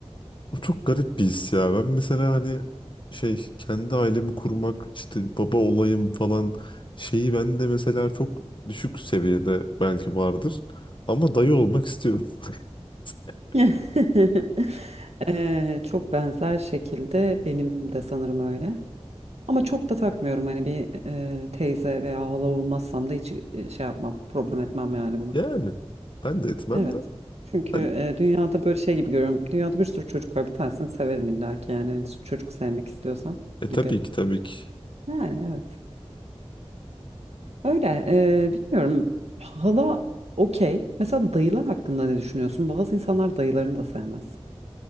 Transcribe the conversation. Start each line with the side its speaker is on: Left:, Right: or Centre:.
Left: O çok garip bir his ya. Ben mesela hani şey kendi ailemi kurmak işte baba olayım falan şeyi ben de mesela çok düşük seviyede belki vardır. Ama dayı olmak istiyorum. <laughs>
Right: <laughs> <laughs> Eee, çok benzer şekilde benim de sanırım öyle. Ama çok da takmıyorum hani bir eee, teyze veya hala olmazsam da hiç e, şey yapmam, problem etmem yani bunu.
Left: Yani ben de etmem
Right: Evet.
Left: de.
Right: Çünkü
Left: Hani
Right: e, dünyada böyle şey gibi görüyorum. Dünyada bir sürü çocuk var. Bir tanesini severim illa ki yani. Hani çocuk sevmek istiyorsam
Left: e tabii
Right: gibi.
Left: ki tabii ki.
Right: Yani evet. Öyle. e, bilmiyorum. Hala okey. Mesela dayılar hakkında ne düşünüyorsun? Bazı insanlar dayılarını da sevmez.